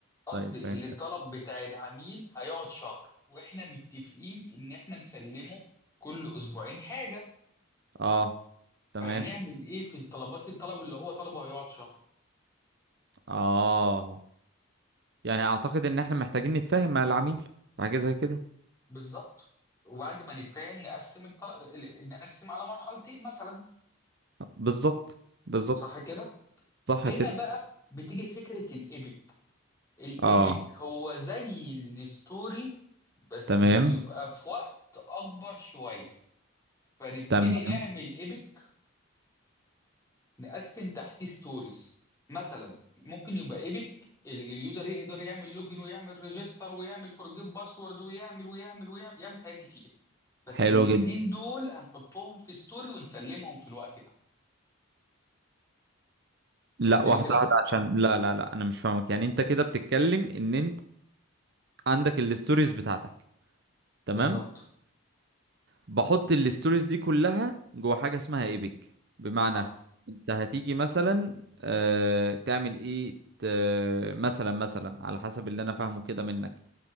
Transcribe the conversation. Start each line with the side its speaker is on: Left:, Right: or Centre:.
Left: قصدي
Right: طيب فاهم
Left: اللي الطلب
Right: يعني.
Left: بتاع العميل هيقعد شهر واحنا متفقين ان احنا نسلمه كل اسبوعين حاجة
Right: اه تمام
Left: فهنعمل ايه في الطلبات الطلب اللي هو طلبه هيقعد شهر
Right: اه يعني اعتقد ان احنا محتاجين نتفاهم مع العميل في حاجة زي كده
Left: بالظبط وبعد ما نتفاهم نقسم الطر... ال- ال- نقسم على مرحلتين مثلا
Right: بالظبط بالظبط
Left: صح كده
Right: صح
Left: هنا
Right: كده
Left: بقى بتيجي فكرة الإيبك الإيبك
Right: اه
Left: هو زي الستوري بس
Right: تمام
Left: بيبقى في وقت أكبر شوية فنبتدي
Right: تمام
Left: نعمل إيبك نقسم تحتيه ستوريز مثلا ممكن يبقى إيبك اللي اليوزر يقدر يعمل لوجن ويعمل ريجستر ويعمل فورجيت باسورد ويعمل ويعمل ويعمل يعمل حاجات كتير بس
Right: حلو
Left: الاتنين
Right: جدا
Left: دول هنحطهم في ستوري ونسلمهم في الوقت
Right: لا
Left: فهمتني
Right: واحدة
Left: كده
Right: واحدة عشان لا لا لا انا مش فاهمك يعني انت كده بتتكلم ان انت عندك الستوريز بتاعتك تمام
Left: بالظبط
Right: بحط الستوريز دي كلها جوه حاجة اسمها ايبك بمعنى
Left: اه
Right: انت هتيجي مثلا آه تعمل ايه ت- مثلا مثلا على حسب اللي انا فاهمه كده منك